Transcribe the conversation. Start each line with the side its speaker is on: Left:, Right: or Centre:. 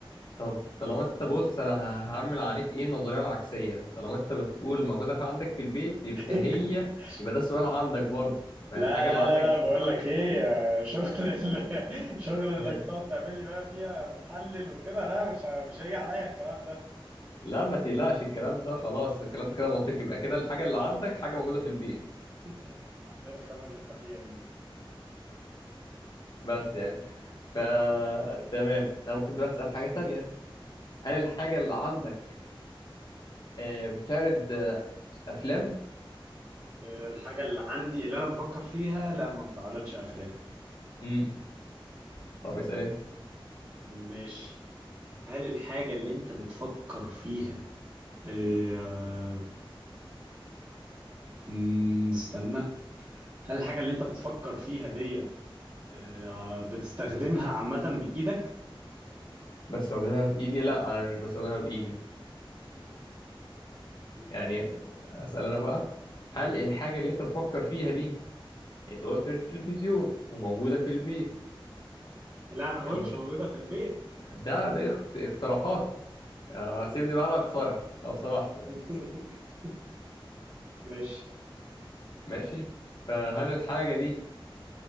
Left: طب طالما انت بص انا ه- هعمل عليك ايه النظرية العكسية طالما انت بتقول موجودة في عندك في البيت يبقى
Right: <laughs>
Left: هي يبقى ده السؤال عندك برضو فالحاجة
Right: لا لا
Left: اللي عندك
Right: لا لا
Left: دي
Right: بقول
Left: موجودة
Right: لك
Left: عندك
Right: ايه
Left: في البيت
Right: آه، شغل ال- <laughs> شغل
Left: ماشي
Right: انك تقعد تعمل لي بقى فيها محلل وكده لا مش ه- مش هيجي عليا الكلام ده <laughs>
Left: لا ما تقلقش الكلام ده خلاص الكلام ده كده منطقي يبقى كده الحاجة اللي عندك حاجة موجودة في البيت
Right: يا عم ايه الرخامة اللي انت فيها دي
Left: بس يعني ف تمام أنا ممكن دلوقتي أسأل حاجة تانية هل الحاجة اللي عندك آه، بتعرض آه، أفلام؟
Right: الحاجة اللي عندي اللي أنا بفكر فيها لا ما بتعرضش أفلام
Left: امم طب اسأل أنت
Right: مش هل الحاجة اللي أنت بتفكر فيها آه، مم، استنى هل الحاجة اللي أنت بتفكر فيها ديت آه، بتستخدمها عامة بإيدك؟
Left: بستخدمها بإيدي؟ لا أنا مش بستخدمها بإيدي
Right: مم.
Left: يعني أسأل أنا بقى هل الحاجة اللي أنت بتفكر فيها دي أنت قلت مش تلفزيون وموجودة في البيت
Right: لا أنا ما قلتش
Left: وش-
Right: موجودة في البيت
Left: ده ده اخت- اقتراحاتي آه،
Right: ماشي
Left: سيبني بقى أنا أقترح لو سمحت يعني
Right: <laughs> ماشي
Left: ماشي فهل الحاجة دي